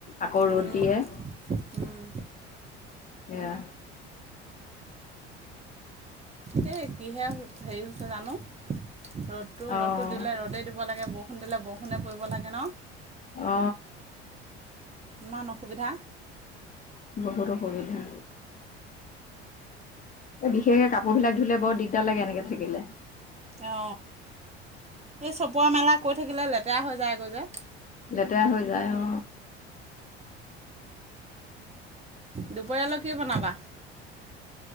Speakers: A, on the left; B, on the right.
A: আকৌ ৰ'দ
B: উম
A: দিয়ে
B: উম
A: সেয়া
B: তাকে কিহে হেৰি হৈছে জানো ৰ'দটো
A: অ
B: ৰ'দটো দিলে ৰ'দেই দিব লাগে বৰষুণ দিলে বৰষুণে পৰিব লাগে ন
A: অ
B: ইমান অসুবিধা
A: বহুত অসুবিধা এ বিশেষকে কাপোৰ বিলাক ধুলে বৰ দিগদাৰ লাগে এনেকে থাকিলে
B: অ এই চপোৱা মেলা কৈ থাকিলে লেতেৰা হৈ যায় গৈ যে
A: লেতেৰা হৈ যায় অ
B: দুপৰীয়ালৈ কি বনাবা